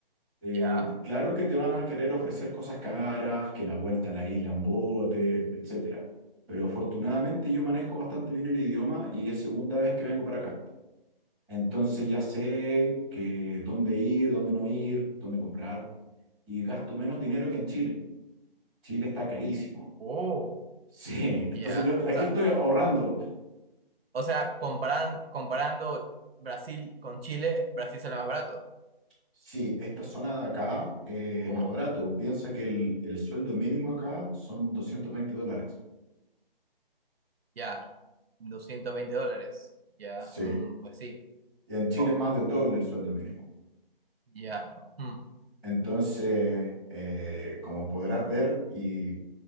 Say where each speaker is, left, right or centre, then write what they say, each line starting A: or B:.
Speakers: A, in the centre; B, on the right (about 75°).
A: Eh,
B: Ya.
A: claro que te van a querer ofrecer cosas caras, que la vuelta a la isla en bote, etcétera. Pero afortunadamente yo manejo bastante bien el idioma y es segunda vez que vengo para acá. Entonces ya sé que dónde ir, dónde no ir, dónde comprar y gasto menos dinero que en Chile. Chile está carísimo.
B: Oh,
A: Sí, <laughs> entonces
B: ya.
A: yo estoy-
B: O
A: aquí
B: sea,
A: estoy ahorrando.
B: o sea, comparan- comparando Brasil con Chile, Brasil sale más barato.
A: Sí, esta zona de acá eh,
B: Oh,
A: es más barato. Piensa que el, el sueldo mínimo acá son 220 dólares.
B: ya. doscientos veinte dólares. Ya.
A: Sí,
B: mm, pues sí,
A: y en Chile
B: poco.
A: es más del doble el sueldo mínimo.
B: Ya. mm,
A: Entonces, eh, como podrás ver, y,